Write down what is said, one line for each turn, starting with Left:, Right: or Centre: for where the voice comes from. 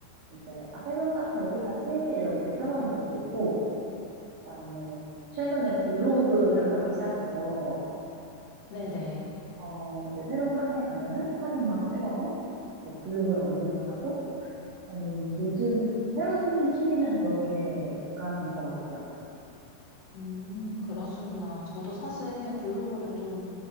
Right: 이제 아, 새로운 카페 어디 가지? 이렇게 찾아보고 있고 그다음에 최근에 블로그를 하기 시작해서
Left: 네네.
Right: 어, 이제 새로운 카페 가면은 사진 막 찍어서 이제 블로그에 업로드하고 저는 요즘 새로 생긴 취미는 그렇게가 된 것 같아요.
Left: 음, 그러시구나. 저도 사실 블로그를 좀